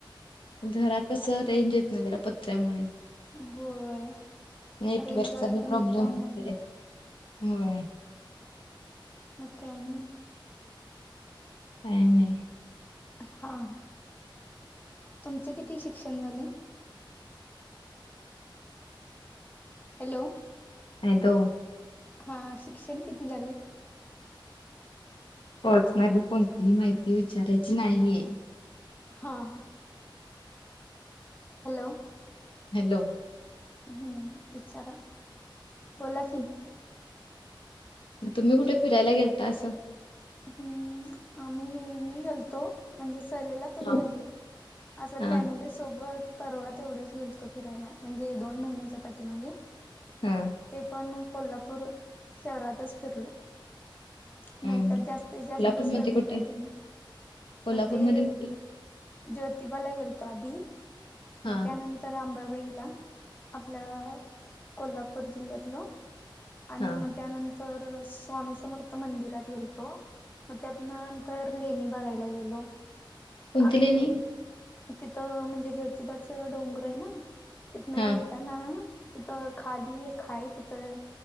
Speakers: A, on the left; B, on the left.
A: घरांत कसं रेंज येतं नाहीं जरां प पत्र्यांमुळे
B: होय.
A: नेटवर्कचां
B: रेंज जरा
A: बी
B: कमीच
A: प्रॉब्लेम
B: आहे
A: असतोय.
B: म्हणून
A: होयं
B: मंग कायं
A: कायं नाहीं
B: हां तुमचं किती शिक्षणं झालंय? हॅलो
A: हॅलो
B: हां शिक्षणं किती झालंय
A: पर्सनल कोंणतीही माहिती विचारांची नाहीं.
B: हां हां हां हॅलो
A: हॅलो
B: हम्मं विचारां बोलां कि
A: तुम्हीं कुठं फिरांयला गेलंता असं
B: हम्मं आम्हीं मी गेलतो. म्हणजे सहलीला तेनं
A: हा
B: गेलतो असं
A: हा
B: फॅमिली सोबतं पर्वा तेवढंच गेलतो फिरायला म्हणजे दोन महिन्यांच्या पाटी मागें
A: हम्मं
B: ते पणं कोल्हापूर शहरांतचं फिरलो नाहींतरं
A: हम्म
B: जास्तं जास्तं
A: कोल्हापूर म्हणजे
B: सहलीला
A: कुठे
B: तेनं
A: कोल्हापूरमध्ये
B: तरं ते
A: कुठे
B: ज्योतिबांला गेलोतो आंधी मगं
A: हा
B: त्यानंतर तरं अंबाबाईला आपल्यां कोल्हापूर जिल्ह्यांतल्यां आणि
A: हा
B: मगं त्यांनंतर स्वामी समर्थ मंदिरांत गेलतो. मंग त्यांचं नंतर लेणी बागांयला गेलो.
A: कोणती
B: असं
A: लेणी
B: तिथं म्हणजे ज्योतिबाचं डोंगर आहे नां.? तिथं येेतां
A: हा
B: नां तिथं खांली एक हांय तिथं